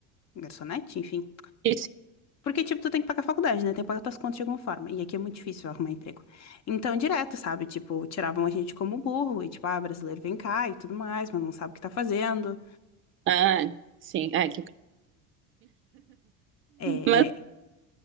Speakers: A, on the left (about 50°); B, on the right (about 40°).
A: Garçonete, enfim.
B: Isso.
A: Porque, tipo, tu tem que pagar a faculdade, né? Tem que pagar tuas contas de alguma forma. E aqui é muito difícil arrumar emprego. Então, direto, sabe? Tipo, tiravam a gente como burro. E, tipo, ah, brasileiro vem cá e tudo mais, mas não sabe o que tá fazendo.
B: Ah, sim. Ah, que...
A: É,
B: mas,
A: é...